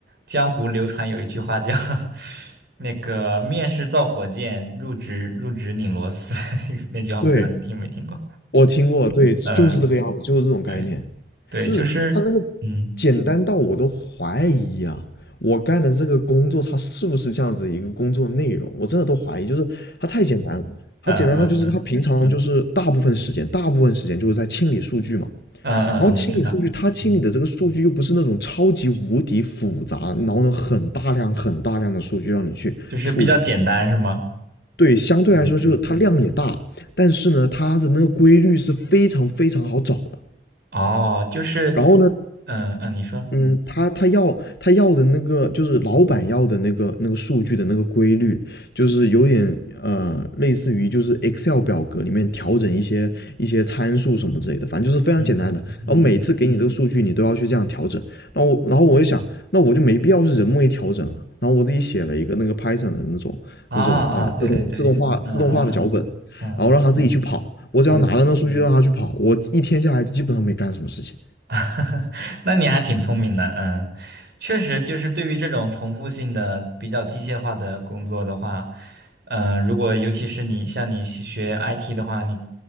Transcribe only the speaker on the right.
江湖流传有一句话叫 <laughs> 那个面试造火箭，入职入职拧螺丝，<laughs> 那句话不知道你听没听过？
嗯，
对对，
就是，嗯
嗯嗯嗯
嗯嗯嗯，
我知道，
嗯，
就是比较简单是吗？
嗯嗯，
哦，就是，
嗯嗯，你说。
嗯嗯嗯，
啊啊，对对对，嗯嗯嗯嗯
嗯嗯，
<laughs> 那你还挺聪明的，嗯，确实就是对于这种重复性的、比较机械化的工作的话，嗯，如果尤其是你像你是学 IT 的话，你